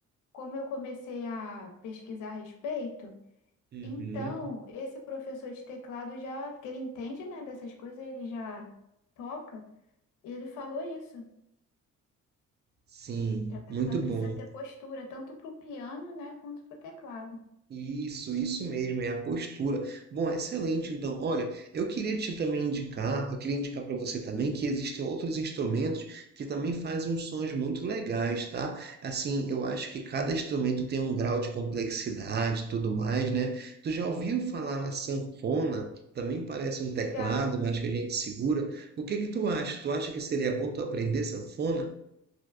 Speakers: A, on the left (about 85°); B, on the right (about 35°).
A: como eu comecei a pesquisar a respeito,
B: Uhum.
A: então esse professor de teclado já, que ele entende, né, dessas coisas, ele já toca, e ele falou isso,
B: Sim,
A: que a pessoa
B: muito
A: precisa
B: bom.
A: ter postura, tanto para o piano, né, quanto para o teclado.
B: Isso, isso mesmo, é a postura. Bom, excelente. Então, olha, eu queria te também indicar, eu queria indicar para você também que existem outros instrumentos que também fazem uns sons muito legais, tá? Assim, eu acho que cada instrumento tem um grau de complexidade, e tudo mais, né? Tu já ouviu falar na sanfona? Também parece um teclado,
A: Já
B: mas que a gente segura. O que que tu acha? Tu acha que seria bom tu aprender sanfona?